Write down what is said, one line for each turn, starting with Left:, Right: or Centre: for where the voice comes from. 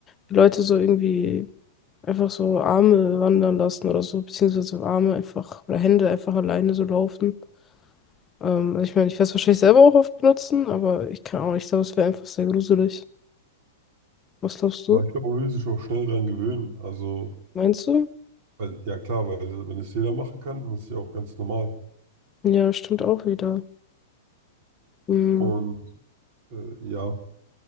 Left: wie Leute so irgendwie einfach so Arme wandern lassen oder so, beziehungsweise Arme einfach oder Hände einfach alleine so laufen. Ähm, also ich meine, ich werde es wahrscheinlich selber auch oft benutzen, aber ich kann auch nicht, ich glaube, es wäre einfach sehr gruselig. Was glaubst
Right: Aber
Left: du?
Right: ich glaube, man würde sich auch schnell dran gewöhnen. Also,
Left: Meinst du?
Right: weil, ja klar, weil wenn es jeder machen kann, dann ist es ja auch ganz normal.
Left: Ja, stimmt auch wieder. Hm.
Right: Und äh, ja,